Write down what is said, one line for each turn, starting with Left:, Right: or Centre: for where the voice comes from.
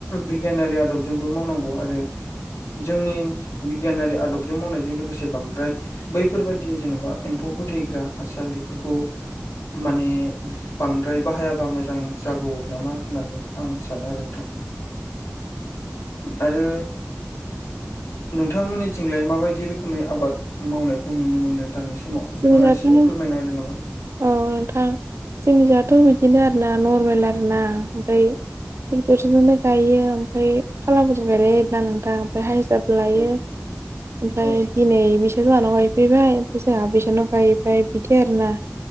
Left: बिगियानारि आदबजोंबो मावनांगौ आरो जोंनि बिगियानारि आदबजों मावनायजों लोगोसे बांद्राय बैफोरबायाददि जेन'बा एम्फौ फोथैग्रा हासार बेफोरखौ माने बांद्राय बाहायाबा मोजां जागौ नामा होननानै आं सानो आरो नोंथां। आरो
Right: <inaudible>
Left: नोंथांमोननिथिंलाय माबायदि रोखोमै आबाद मावनायखौ नुनो मोनो दानि समाव?
Right: <unintelligible>
Left: नोंथाङा <unintelligible>
Right: अ नोंथां जोंनि जाथ' बिदिनो आरोना नरमेल आरोना ओमफ्राय ट्रेक्टरजोंनो गायो ओमफ्राय फाला बदल गायलायना नोंथां ओमफ्राय हायज्रा लायो
Left: औ
Right: ओमफ्राय
Left: औ
Right: दिनै बिसा जोंहानाव गायफैबाय ओमफ्राय जोंहा बेैसानाव गायबाय बिदि आरोना